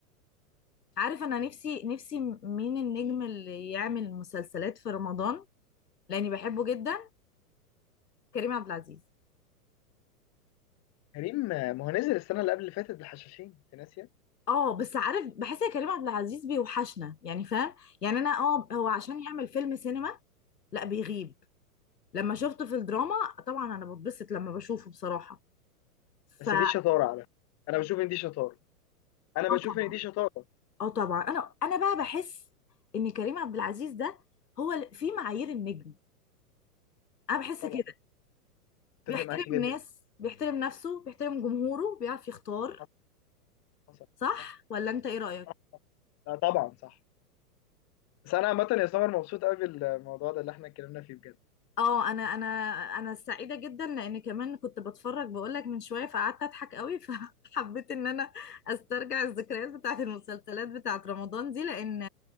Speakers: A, on the left; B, on the left.
A: عارف انا نفسي نفسي مين النجم اللي يعمل مسلسلات في رمضان لاني بحبه جدا كريم عبد العزيز
B: كريم ما هو نزل السنه اللي قبل اللي فاتت الحشاشين انت ناسيه
A: اه بس عارف بحس يا كريم عبد العزيز بيوحشنا يعني فاهم يعني انا اه هو عشان يعمل فيلم سينما لا بيغيب لما شفته في الدراما طبعا انا بتبسط لما بشوفه بصراحة فنعم
B: بس دي شطاره على فكره انا بشوف ان دي شطاره انا بشوف
A: اه طبعا
B: ان دي شطاره
A: اه طبعا انا انا بقى بحس ان كريم عبد العزيز ده هو ال- في معايير النجم انا بحس
B: طبعا
A: كده
B: متفق
A: بيحترم
B: معاكي جدا
A: ناس بيحترم نفسه بيحترم جمهوره بيعرف يختار
B: حصل حصل
A: صح
B: صح
A: ولا انت ايه رأيك
B: صح. لا طبعا صح بس انا عامه يا سمر مبسوط قوي بالموضوع ده اللي احنا اتكلمنا فيه بجد
A: اه انا انا انا سعيده جدا لان كمان كنت بتفرج بقولك من شويه فقعدت اضحك قوي <laughs> فحبيت ان انا استرجع الذكريات بتاعت المسلسلات بتاعت رمضان دي لان